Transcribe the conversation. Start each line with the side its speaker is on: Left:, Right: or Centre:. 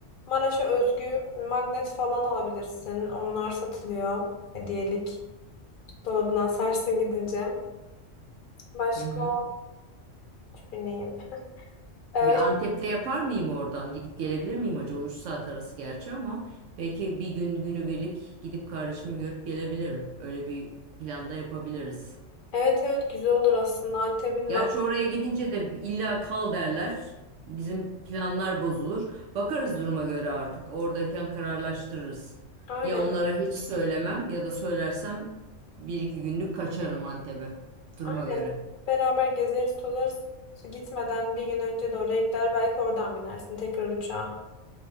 Left: Maraş'a özgü magnet falan alabilirsin. Onlar satılıyor hediyelik. Dolabına asarsın gidince. Başka
Right: Hı hı.
Left: düşüneyim. Ee,
Right: Bir Antep'te yapar mıyım oradan? Gidip gelebilir miyim acaba? üç saat arası gerçi ama belki bir gün günübirlik gidip kardeşimi görüp gelebilirim. Öyle bir planda yapabiliriz.
Left: evet evet güzel olur aslında. Antep'in
Right: Gerçi
Left: lah.
Right: oraya gidince de illa kal derler. Bizim planlar bozulur. Bakarız duruma göre artık. Oradayken kararlaştırırız.
Left: Aynen
Right: Ya onlara hiç söylemem ya da söylersem bir iki günlük kaçarım Antep'e. Duruma
Left: aynen.
Right: göre.
Left: Beraber gezeriz tozarız. Gitmeden bir gün önce de oraya gider belki oradan binersin tekrar uçağa.